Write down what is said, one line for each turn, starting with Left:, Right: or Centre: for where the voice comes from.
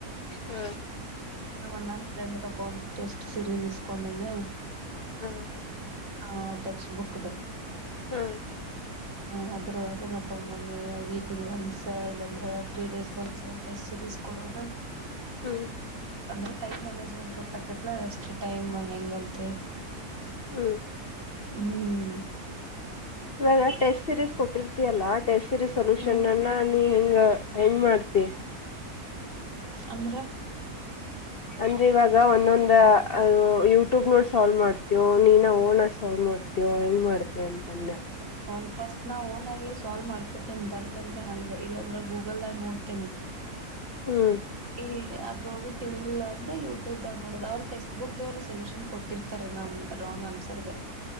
Left: ಹ್ಮ
Right: ನಣ್ಣನ್ ಫ್ರೆಂಡ್ ದ್ ಒಬ್ಬ ಒಂದು ಟೆಸ್ಟ್ ಸೀರೀಸ್ ಇಸ್ಕೊಂಡಿದ್ದೆ.
Left: ಹ್ಮ
Right: ಹಾ ಟೆಕ್ಸ್ಟ್ ಬುಕ್ದು
Left: ಹ್ಮ
Right: ಹ ಅದ್ರೊಳಗೆ ಮತ್ತ ಒಮ್ಮೊಮ್ಮೆ ವೀಕ್ಲಿ ಒಂದಸ ಇಲ್ಲಾಂದ್ರ ತ್ರೀ ಡೇಸ್ ಒಂದ್ಸಲ ಟೆಸ್ಟ್ ಸಿರೀಸ್ ಕೊಡೋದ
Left: ಹ್ಮ್
Right: ಅಂದ್ರೆ ಟೈಮ್ ಮ್ಯಾನೇಜ್ಮೆಂಟ್ ಗೊತ್ತಕತ್ಲ ಎಷ್ಟು ಟೈಮ್ ಹೆಂಗಂತೆಳ್
Left: ಹ್ಮ
Right: ಹ್ಮ್
Left: ಇವಾಗ ಟೆಸ್ಟ್ ಸೀರೀಸ್ ಕೊಟ್ಟಿರ್ತಿಯಲ್ಲ ಹೆಸರು ಸೊಲ್ಯೂಷನ್
Right: ಹ್ಮ್
Left: ನನ್ನ ಹಗ ಹೆಂಗ್ ಮಾಡ್ತಿ
Right: ಅಂದ್ರ
Left: ಅಂದ್ರೆ ಇವಾಗ ಒಂದೊಂದ ಯೂಟ್ಯೂಬ್ ನೋಡ್ ಸಾಲ್ವ್ ಮಾಡ್ತವ ನೀನ ಓಣಾಗ ಸಾಲ್ವ್ ಮಾಡ್ತವ ಹೆಂಗ್ ಮಾಡ್ತ ಅಂತಂದೆ
Right: ಒಂದ್ ಫಸ್ಟ್ ನಾ ಓನ್ ಆಗಿ ಸಾಲ್ವ್ ಮಾಡ್ಕೊತೇನಿ ಬಂತಂದ್ರ ಹಂಗ ಇಲ್ಲಾಂದ್ರ ಗೂಗಲ್ದಾಗ ನೋಡ್ತೇನಿ
Left: ಹ್ಮ್
Right: ಎ ಅದ್ರೊಳಗು ತಿಳಲಿಲ್ಲ ಅಂದ್ರೆ ಯೂಟ್ಯೂಬ್ಾಗ ನೋಡೋದು ಅವ ಟೆಕ್ಸ್ಟ್ ಬುಕ್ ದವರು ಸೊಲ್ಯೂಷನ್ ಕೊಟ್ಟಿರ್ತಾರ ನಮ್ ರಾಂಗ್ ಆನ್ಸರ್